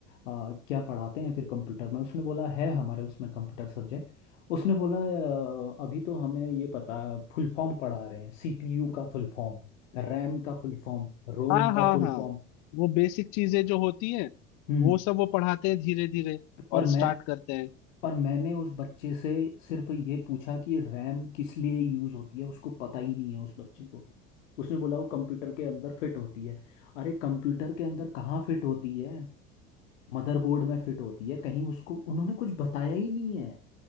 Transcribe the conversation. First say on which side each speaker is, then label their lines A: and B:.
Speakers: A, on the left; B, on the left.
A: आ, क्या पढ़ाते हैं फिर कंप्यूटर में उसने बोला है हमारे उसमें कंप्यूटर सब्जेक्ट उसने बोला "आ, अभी तो हमें ये पता फुल फॉर्म पढ़ा रहे हैं सीपीयू का फुल फॉर्म रैम का फुल फॉर्म रोम
B: हाँ हाँ
A: का फुल
B: हाँ
A: फॉर्म
B: वो बेसिक चीजें जो होती हैं
A: हम्म
B: वो सब वो पढ़ाते हैं धीरे धीरे और
A: और मैं
B: स्टार्ट करते हैं
A: पर मैंने उस बच्चे से सिर्फ ये पूछा कि रैम किस लिए यूज होती है उसको पता ही नहीं है उस बच्चे को उसने बोला वो कंप्यूटर के अंदर फिट होती है अरे कंप्यूटर के अंदर कहाँ फिट होती है मदरबोर्ड में फिट होती है कहीं उसको उन्होंने कुछ बताया ही नहीं है